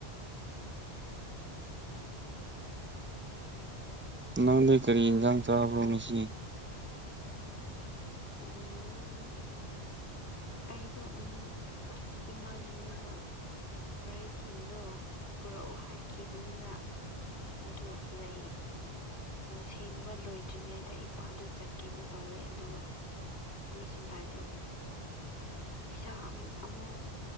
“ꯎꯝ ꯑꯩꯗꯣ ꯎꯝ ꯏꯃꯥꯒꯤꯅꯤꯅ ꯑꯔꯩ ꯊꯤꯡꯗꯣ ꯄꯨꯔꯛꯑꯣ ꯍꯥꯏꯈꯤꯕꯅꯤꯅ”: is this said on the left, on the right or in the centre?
Left